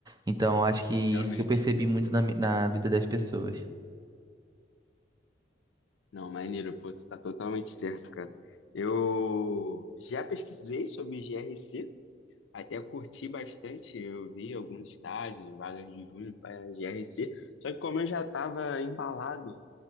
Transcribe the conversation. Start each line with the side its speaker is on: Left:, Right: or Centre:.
Right: Então, acho que
Left: realmente.
Right: isso que eu percebi muito na, mi- na vida das pessoas.
Left: Não, maneiro, pô, tu tá totalmente certo, cara. Eu já pesquisei sobre GRC, até curti bastante, eu vi alguns estágios, vagas de junho para GRC, só que como eu já estava embalado